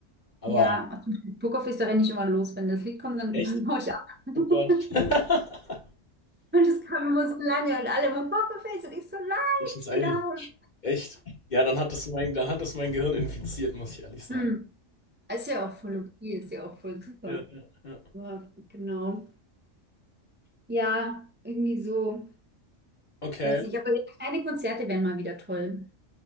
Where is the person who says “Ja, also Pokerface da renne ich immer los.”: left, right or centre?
Right